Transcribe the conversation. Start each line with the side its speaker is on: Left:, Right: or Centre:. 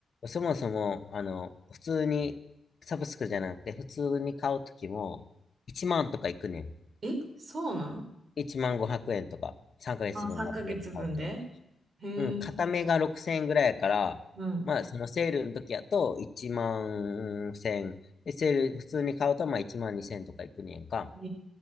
Left: そもそも、あの、普通に、サブスクじゃなくて、普通に買うときも、1万とかいくねん。
Right: え、そうなん
Left: 1万500円とか、3ヶ月分まとめて買うと。
Right: あ、3ヶ月分でへえ、
Left: うん、片目が6000円ぐらいやから、
Right: うん。
Left: まあ、そのセールの時やと1万1000。で、セール、普通に買うとまあ1万2000とかいくねんか。
Right: へ